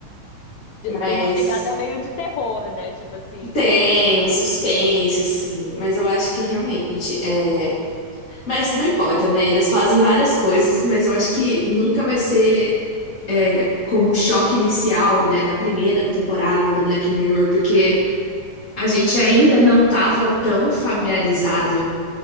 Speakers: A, on the left (about 30°); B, on the left (about 75°).
A: Mas
B: tem uma pegada meio de terror, né, tipo assim...
A: Tem um suspense, assim, mas eu acho que realmente é. Mas não importa, né? Eles fazem várias coisas, mas eu acho que nunca vai ser é, como o choque inicial, né, da primeira temporada do Black Mirror, porque a gente ainda não estava tão familiarizado